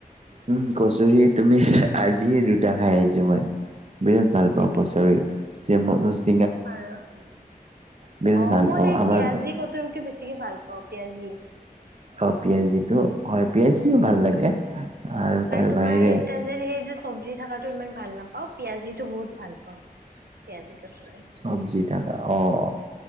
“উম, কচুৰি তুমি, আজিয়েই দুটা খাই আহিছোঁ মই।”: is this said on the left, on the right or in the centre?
Right